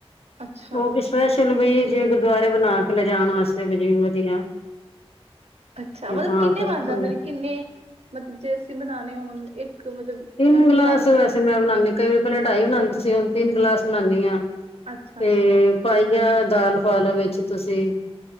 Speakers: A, on the right (about 75°); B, on the left (about 70°).
A: ਅੱਛਾ
B: ਉਹ ਸਪੈਸ਼ਲ ਵੀ ਜਿਵੇਂ ਗੁਰਦੁਆਰੇ ਬਣਾ ਕੇ ਲਿਜਾਣ ਵਾਸਤੇ ਵੀ ਜਿਵੇਂ ਵਧੀਆ।
A: ਅੱਛਾ ਮਤਲਬ
B: ਤਾਂ
A: ਕਿੰਨੇ
B: ਫਿਰ
A: ਬਣ
B: ਖੁੱਲੇ
A: ਜਾਂਦੇ ਨੇ, ਕਿੰਨੇ ਮਤਲਬ ਜੇ ਅਸੀਂ ਬਨਾਉਣੇ ਹੋਣ, ਇੱਕ ਮਤਲਬ
B: ਤਿੰਨ
A: ਮੈਨੂੰ
B: ਗਿਲਾਸ
A: ਹਿਸਾਬ ਨੀ
B: ਵੈਸੇ
A: ਪਤਾ
B: ਮੈਂ ਬਣਾਉਦੀ ਕਈ ਪਹਿਲਾਂ ਢਾਈ ਬਣਾਉਂਦੀ ਸੀ ਹੁਣ ਤਿੰਨ ਗਿਲਾਸ ਬਣਾਉਦੀ ਹਾਂ
A: ਅੱਛਾ
B: ਤੇ
A: ਅੱਛਾ।
B: ਪਾਈਆ ਦਾਲ ਪਾਲੋ ਵਿੱਚ ਤੁਸੀਂ,